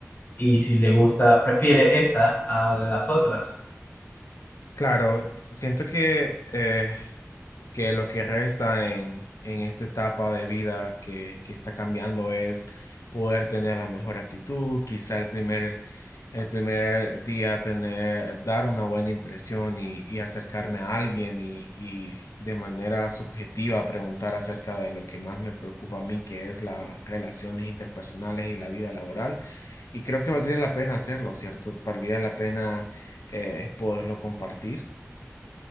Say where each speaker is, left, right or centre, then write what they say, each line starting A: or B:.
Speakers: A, on the left (about 40°); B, on the left (about 75°).
A: y si le gusta, prefiere esta a las otras.
B: claro, siento que eh, que lo que resta en, en esta etapa de vida que, que está cambiando es poder tener la mejor actitud, quizá el primer, el primer día tener, dar una buena impresión y, y acercarme a alguien y, y de manera subjetiva preguntar acerca de lo que más me preocupa a mí, que es las relaciones interpersonales y la vida laboral. Y creo que valdría la pena hacerlo, ¿cierto? Valdría la pena eh, poderlo compartir.